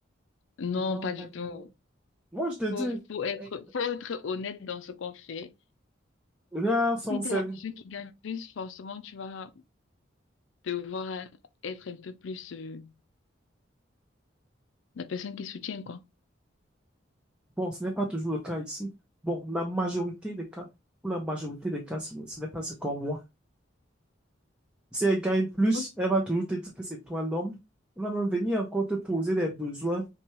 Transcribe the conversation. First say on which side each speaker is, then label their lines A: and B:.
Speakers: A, on the left; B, in the centre.
A: Non,
B: Non,
A: pas du
B: pas du
A: tout.
B: tout. Moi, je te dis,
A: Faut, faut être,
B: Ouais.
A: faut être honnête dans ce qu'on fait.
B: là, sont
A: Si
B: sérieux.
A: t'es la personne qui gagne plus, forcément, tu vas devoir être un peu plus euh, la personne qui soutient, quoi.
B: Bon, ce n'est pas toujours le cas ici. Bon, la majorité des cas, pour la majorité des cas, ce ce n'est pas ce qu'on voit. Si elle gagne plus,
A: Ok.
B: elle va toujours te dire que c'est toi l'homme. Elle va même venir encore te poser des besoins.